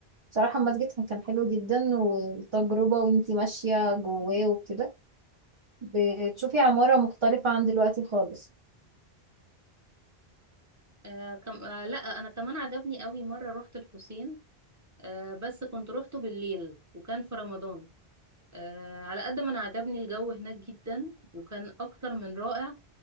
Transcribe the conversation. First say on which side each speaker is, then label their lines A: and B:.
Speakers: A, on the right; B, on the right.
A: بصراحة المسجد كان حلو جدا والتجربة وانتي ماشية جواه وكده بتشوفي عمارة مختلفة عن دلوقتي خالص
B: آه، كم... آه، لا انا كمان عجبني قوي مره رحت الحسين آه بس كنت روحته بالليل وكان في رمضان آه على قد ما انا عجبني الجو هناك جدا وكان اكتر من رائع